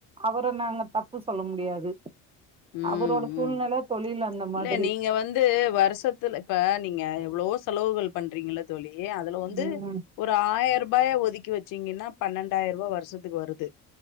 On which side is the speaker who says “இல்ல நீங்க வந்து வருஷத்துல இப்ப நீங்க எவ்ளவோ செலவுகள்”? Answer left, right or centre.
Left